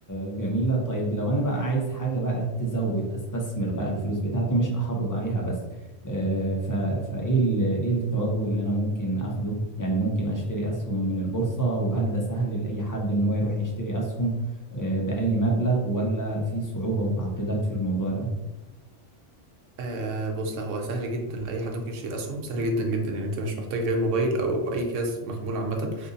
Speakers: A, on the left; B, on the right.
A: جميلة طيب لو انا بقى عايز حاجة بقى تزود استثمر بقى الفلوس بتاعتي مش احافظ عليها بس آه، ف... فايه ال... ايه التوجه اللي انا ممكن اخده يعني ممكن اشتري اسهم من البورصة وهل ده سهل لأي حد ان هو يروح يشتري اسهم آه، بأي مبلغ ولا في صعوبة وتعقيدات في الموضوع ده
B: آه بص لا هو سهل جدا لأي حد ممكن يشتري أسهم سهل جدا جدا يعني أنت مش محتاج غير موبايل أو أي جهاز محمول عامة